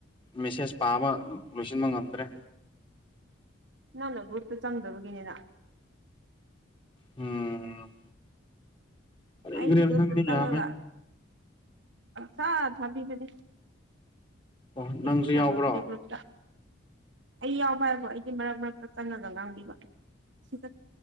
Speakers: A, on the left; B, on the right.
A: ꯃꯦꯁꯦꯁ ꯄꯥꯕ ꯂꯣꯏꯁꯤꯟꯕ ꯉꯝꯗ꯭ꯔꯦ
B: ꯅꯪꯅ ꯒ꯭ꯔꯨꯞꯇꯨ ꯆꯪꯗꯕꯒꯤꯅꯤꯅ
A: ꯎꯝ ꯀꯔꯤ
B: ꯑꯩꯒꯤ
A: ꯀꯔꯤꯔ
B: ꯒ꯭ꯔꯨꯞꯇ
A: ꯈꯪꯗꯦ
B: ꯆꯪꯉꯒ
A: ꯌꯥꯝꯃꯦ
B: ꯁꯥ ꯊꯝꯕꯅꯤ
A: ꯑꯣ
B: ꯑꯦꯀꯤ
A: ꯅꯪꯁꯨ
B: ꯀ
A: ꯌꯥꯎꯕ꯭ꯔꯣ
B: ꯑꯣꯏꯕꯅꯦꯒ꯭ꯔꯨꯞ ꯑꯩ ꯌꯥꯎꯕ ꯍꯥꯏꯕꯣ ꯑꯩꯗꯤ ꯃꯔꯛ ꯃꯔꯛꯇ ꯆꯪꯉꯒ ꯉꯥꯡꯕꯤꯕ ꯁꯤ ꯈ